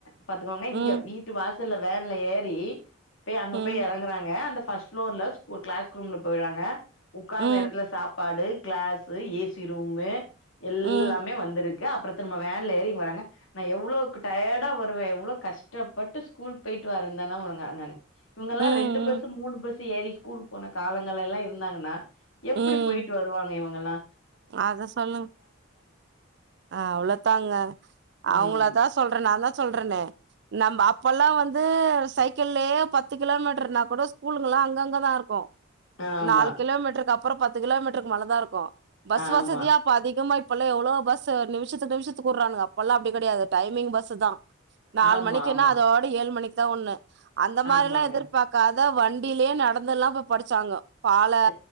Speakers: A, on the left (about 75°); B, on the right (about 55°).
A: பாத்துக்கோங்க
B: ம்
A: இங்க வீட்டு வாசல்ல வேன்ல ஏறி போய் அங்க
B: ம்
A: போய் எறங்கறாங்க அந்த ஃப்ஸ்ட் ப்ளோர்ல ஒரு கிளஸ்ல ரூம்ல போயிறாங்க உக்காந்த
B: ம்
A: எடத்துல சாப்பாடு கிளாஸ்சு ஏ சி ரூமு எல்லாமே
B: ம்
A: வந்திருக்கு அப்புறத்து நம்ம வேன்ல ஏறி இங்க வர்ராங்க நா எவ்ளோக்கு டயர்டா வருவே எவ்ளோ கஷ்டப்பட்டு ஸ்கூல் போயிட்டு வரந்தேனா உ ங்கங்க இவங்கல்லா
B: ம்
A: ரெண்டு பஸ் மூணு பஸ் ஏறி ஸ்கூல் போன காலங்கள எல்லா இருந்தாங்கன்னா எப்டி
B: ம்
A: போயிட்டு வருவாங்க இவங்க எல்லா
B: அத சொல்லுங்க அ அவ்வளோதாங்க அவங்கள
A: ம்
B: தா சொல்றே நா தா சொல்றேன்னே நம்ம அப்பல்லா வந்து சைக்கிள்யே பத்து கிலோமீட்டர் னா கூட ஸ்கூகல்லா அங்கங்கதா இருக்கு
A: ஆமா
B: நாலு கிலோமீட்டருக்கு அப்புற பத்து கிலோமீட்டருக்கு மலதா இருக்கு பஸ்
A: ஆமா
B: வசதியா இப்ப அதிகமா இப்பல்லா எவ்வளோ பஸ்ஸு நிமிஷத்து நிமிஷத்துக்கு வுடுறானங்க அப்பல்லா அப்டி கெடையாது டைமிங் பஸ் தா நாலு
A: ஆமா
B: மணிக்குன்னா
A: ஆமா
B: அதோட ஏழு மணிக்கு தா ஒண்ணு அந்த மாரி
A: ஆமாங்க
B: எல்லா எதிர பாக்காத வண்டியிலயே நடந்துல்லா போய் படிச்சாங்க பாலே
A: ச